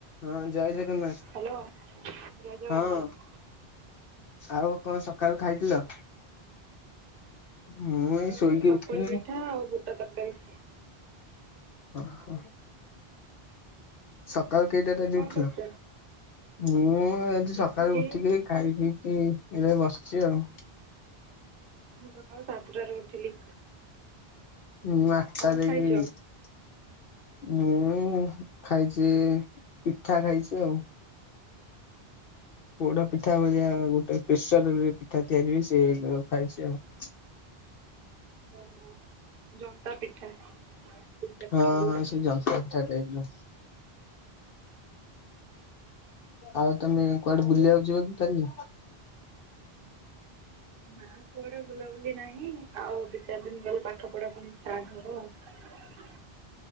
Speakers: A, on the left (about 65°); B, on the right (about 60°).
A: ହଁ ଯାଇ ସେ ନାଇଁ
B: ହ୍ୟାଲୋ ଜୟ ଜଗନ୍ନାଥ
A: ହଁ। ଆଉ କଣ ସକାଳୁ ଖାଇଥିଲ। ମୁଁ
B: ସକାଳୁ
A: ଏଇ ଶୋଇକି
B: ଚକୁଳି
A: ଉଠିଲି
B: ପିଠା ଆଉ ବୁଟ ତରକାରୀ।
A: ଓହୋ। ସକାଳୁ କେଇଟାରେ
B: ତମେ
A: ଆଜି
B: କଣ
A: ଉଠିଲ?
B: କରୁଛ?
A: ମୁଁ ଆଜି ସକାଳୁ
B: ଉଠିଲି
A: ଉଠିକି ଖାଇ ପିଇକି ଏବେ ବସିଚି ଆଉ।
B: ମୁଁ ସକାଳ ସାତଟାରେ ଉଠିଲି।
A: ହୁଁ ଆଠ
B: କଣ
A: ତାରିଖି
B: ଖାଇଛ?
A: ଇ ମୁଁ ଖାଇଛି ପିଠା ଖାଇଛି ଆଉ। ପୋଡ଼ ପିଠା
B: ଓହୋ
A: ଭଳିଆ ଗୋଟେ ପିସ। ପିଠା ତିଆରିି ହୁଏ ସେୟାକୁ ରଖାଇଛି ଆଉ।
B: ଓହୋ ଜନ୍ତା ପିଠା। ସିଝା
A: ହଁ
B: ପିଠା ଯୋଉଟା
A: ହଁ ସେଇ ଜନ୍ତା ପିଠା ଟାଇପର। ଆଉ ତମେ କୁଆଡ଼େ
B: ଆଉ
A: ବୁଲିବାକୁ ଯିବ କି କାଲି?
B: ନା କୁଆଡେ ବୁଲାବୁଲି ନାହିଁ ଆଉ ଦି ଚାରି ଦିନ ଗଲେ ପାଠ ପଢ଼ା ପୁଣି ଷ୍ଟାର୍ଟ ହବ ଆଉ।